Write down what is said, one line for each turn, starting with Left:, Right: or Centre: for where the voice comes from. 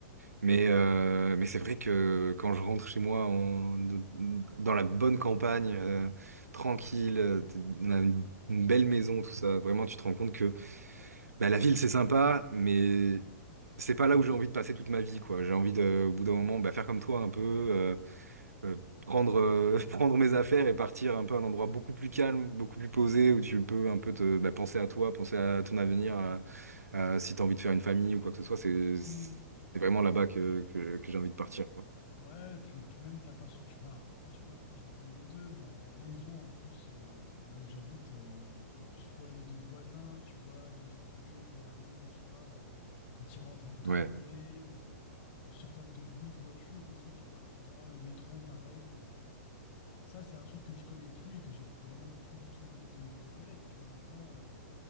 Right: Mais, euh, mais c'est vrai que quand je rentre chez moi en- dans la bonne campagne, euh, tranquille, euh, on a une une belle maison, tout ça, vraiment, tu te rends compte que. Bah, la ville, c'est sympa, mais c'est pas là où j'ai envie de passer toute ma vie, quoi. J'ai envie de, au bout d'un moment, bah, faire comme toi un peu, euh, euh, prendre, euh, <laughs> prendre mes affaires et partir un peu à un endroit beaucoup plus calme, beaucoup plus posé, où tu peux un peu te, bah, penser à toi, penser à ton avenir, à- à si t'as envie de faire une famille ou quoi que ce soit. C'est, c'est
Left: Hmm.
Right: vraiment là-bas que, que, que j'ai envie de partir, quoi.
Left: Ouais, et puis, puis même, t'as pas ce. Tu, enfin, moi, tu vois, non, j'ai connu les deux, mais en maison, en plus, euh, là où j'habite, il y a, y a plus ce problème de voisins, tu vois, de gens qui gueulent dans la rue le soir euh, quand ils rentrent un peu trop
Right: Ouais,
Left: bourrés. euh, euh, ce problème de bruit de voiture aussi, tu vois, tout le temps, le métro, pareil. euh, ça, c'est un truc que je connais plus et que j'ai vraiment plus du tout envie de, de connaître. Tu vois, maintenant, euh,